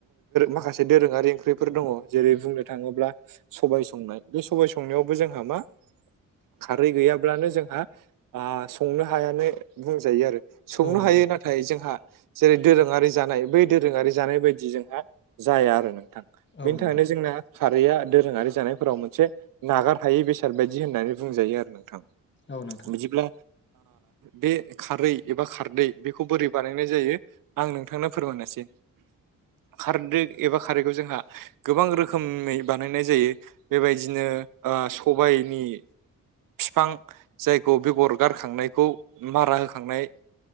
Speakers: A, on the right (about 75°); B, on the left (about 35°).
A: माखासे दोरोङारि ओंख्रिफोर दङ जेरै बुंनो थाङोब्ला सबाय संनाय बे सबाय संनायावबो जोंहा मा खारै गैयाब्लानो जोंहा आं बिखौ संनो हायानो बुंजायो आरो संनो
B: औ नोंथां
A: हायो नाथाय नाथाय जोंहा जेरै दोरोङारि जानाय बै दोरोङारि जानाय बायदि जोंहा जाया आरो नों थां
B: औ
A: बेनि
B: नोंथां
A: थाखायनो जोंना खारैया दोरोङारि जानायफोराव मोनसे नागार हायै बेसाद बायदि होननानै बुंजायो आरो नोंथां।
B: औ नोंथां
A: बिदिब्ला बे खारै एबा खारदै बेखौ बोरै बानायनाय जायो? आं नोंथांनो फोरमायनोसै खारदै एबा खारैखौ जोंहा गोबां रोखोमै बानायनाय जायो बेबायदिनो ओ सबायनि फिफां जायखौ बेगर गारखांनायखौ मारा होखांनाय